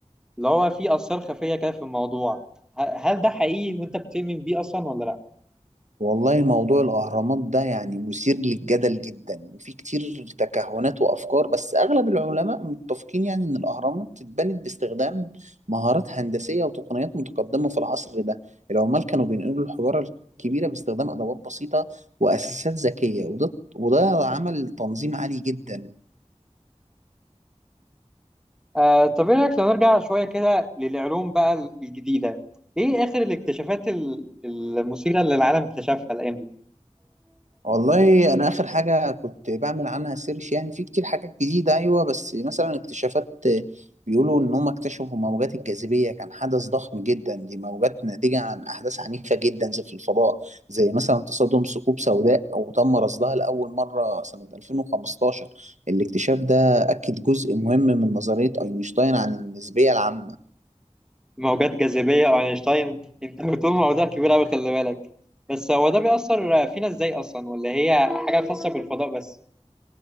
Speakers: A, in the centre; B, on the right.
A: اللي هو في اسرار خفية كده في الموضوع ه- هل ده حقيقي وانت بتؤمن بيه اصلا ولا لا
B: والله موضوع الأهرامات ده يعني مثير للجدل جدا وفي كتير تكهنات وأفكار بس أغلب العلماء متفقين يعني إن الأهرامات اتبنت باستخدام مهارات هندسية وتقنيات متقدمة في العصر ده العمال كانوا بينقلوا الحجارة الكبيرة باستخدام أدوات بسيطة وأساسات ذكية وده وده عمل تنظيم عالي جدا
A: آه، طب ايه رايك لو نرجع شويه كده للعلوم بقى الجديده ايه اخر الاكتشافات ال- المثيره اللي العالم اكتشفها الايام دي
B: والله انا اخر حاجه كنت بعمل عنها سيرش يعني في كتير حاجات جديده ايوه بس مثلا اكتشافات بيقولوا ان هم اكتشفوا موجات الجاذبيه كان حدث ضخم جدا دي موجات ناتجه عن احداث عنيفه جدا زي في الفضاء زي مثلا تصادم ثقوب سوداء او تم رصدها لاول مره سنه 2015 الاكتشاف ده اكد جزء مهم من نظريه اينشتاين عن النسبيه العامه
A: موجات جاذبيه واينشتاين انت <laughs> بتقول مواضيع كبيره قوي خلي بالك بس هو ده بيأثر فينا ازاي اصلا ولا هي حاجه خاصه بالفضاء بس